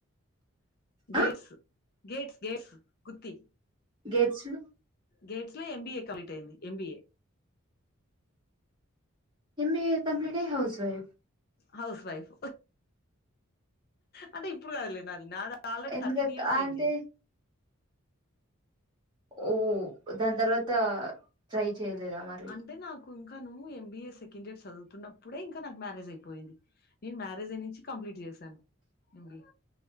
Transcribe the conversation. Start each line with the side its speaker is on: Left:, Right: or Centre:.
Right: ఆ
Left: Gates Gates Gates Gooty
Right: Gates చుడు
Left: గేట్స్ లో ఎంబీఏ కలీట్ అయింది ఎంబిఏ
Right: ఎంబిఏ కంప్లీటయి హౌస్ వైఫ్
Left: హౌస్ వైఫ్ అంటే ఇప్పుడు కాదులే నాది నాది ఆల్రెడీ
Right: ఎందుకక్క
Left: థర్టీన్ ఇయర్స్ అయింది
Right: అంటే ఓ దాని తర్వాత సయి చేయలేదా మరి
Left: అంటే నాకు ఇంకా నువ్వు ఎంబీఏ సెకండ్ ఇయర్ చదువుతున్నప్పుడే ఇంకా నాకు మ్యారేజ్ అయిపోయింది నేను మ్యారేజ్ అయినుంచి కంప్లీట్ చేసాను ఎంబిఏ